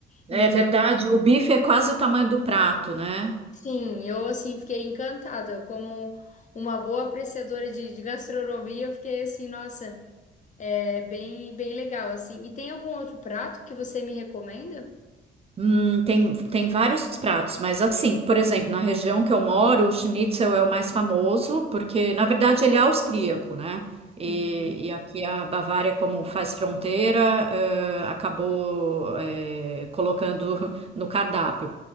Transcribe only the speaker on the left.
Então,
sim, eu assim fiquei encantada, como uma boa apreciadora de, de gastronomia, eu fiquei assim, nossa, É bem, bem legal, assim. E tem algum outro prato que você me recomenda?
Uhum.